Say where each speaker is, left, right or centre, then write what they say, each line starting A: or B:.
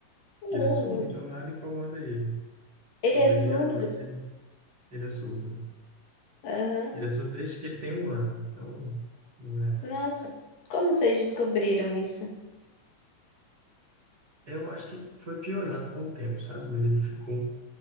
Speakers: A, on the right; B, on the left.
A: Porque
B: Oh,
A: Ele é surdo,
B: meu-
A: então nada incomoda ele.
B: Ele
A: Mas
B: é
A: aí
B: surdo?
A: à noite ele, ele é surdo. né?
B: Aham.
A: Ele é surdo desde que ele tem um ano, então não é
B: Nossa, como vocês descobriram isso?
A: Eu acho que foi piorando com o tempo, sabe? Mas ele ficou